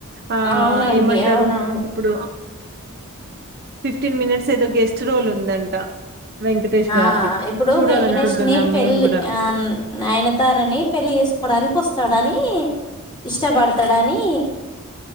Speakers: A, on the right (about 45°); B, on the left (about 25°).
A: ఆ
B: అవునండి
A: ఏమంటారు
B: అవునవును
A: ఇప్పుడు ఫిఫ్టీన్ మినిట్స్ అయితే గెస్ చ్రోలు ఉందంట వెంకటేష్
B: ఆ
A: గారిది
B: ఇప్పుడు
A: చూడాలనుకుంటున్నాం
B: వెంకటేష్ ని పెళ్లి
A: మేము కూడా
B: ఆ నయనతారని పెళ్ళి చేసుకోవడానికి వస్తాడని యి ఇష్టపడతాడని